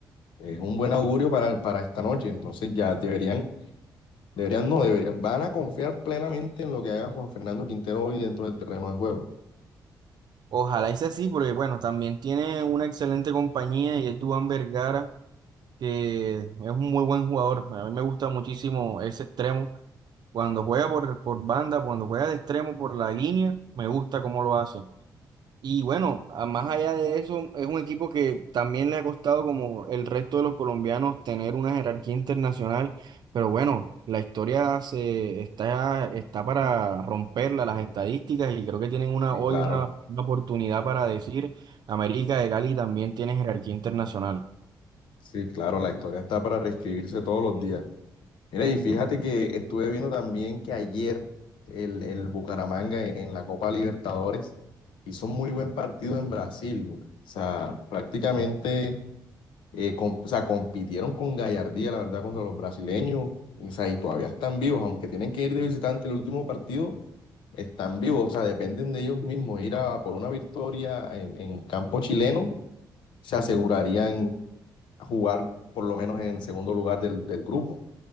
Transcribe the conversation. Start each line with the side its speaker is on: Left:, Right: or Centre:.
Left: es un buen augurio para, para esta noche. Entonces, ya deberían Deberían, no, deberían, van a confiar plenamente en lo que haga Juan Fernando Quintero hoy dentro del terreno de juego.
Right: Ojalá sea así, porque bueno, también tiene una excelente compañía y es Duván Vergara, que es un muy buen jugador. A mí me gusta muchísimo ese extremo. Cuando juega por, por banda, cuando juega de extremo por la línea, me gusta cómo lo hace. Y bueno, a- más allá de eso, es un equipo que también le ha costado, como el resto de los colombianos, tener una jerarquía internacional. Pero bueno, la historia se está, está para romperla, las estadísticas, y creo que tienen una,
Left: Y
Right: hoy
Left: claro,
Right: una, una oportunidad para decir, América de Cali también tiene jerarquía internacional.
Left: sí, claro, la historia está para reescribirse todos los días. Mira, y fíjate que estuve viendo también que ayer el, el Bucaramanga en, en la Copa Libertadores hizo un muy buen partido en Brasil, güey. O sea, prácticamente, eh, com- o sea, compitieron con gallardía, la verdad, contra los brasileños. O sea, y todavía están vivos, aunque tienen que ir de visitante el último partido están vivos, o sea, dependen de ellos mismos. Ir a por una victoria en, en campo chileno, se asegurarían jugar por lo menos en el segundo lugar del, del grupo.